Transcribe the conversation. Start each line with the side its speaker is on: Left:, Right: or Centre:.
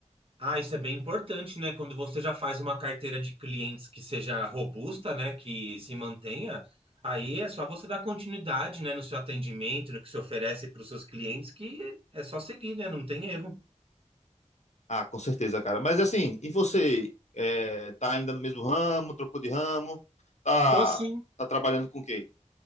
Right: Ah, isso é bem importante, né? Quando você já faz uma carteira de clientes que seja robusta, né? Que se mantenha, aí é só você dar continuidade, né? No seu atendimento, no que se oferece para os seus clientes, que é só seguir, né? Não tem erro.
Left: Ah, com certeza, cara. Mas assim, e você? É, tá ainda no mesmo ramo, trocou de ramo? Tá,
Right: Tô sim.
Left: tá trabalhando com o quê?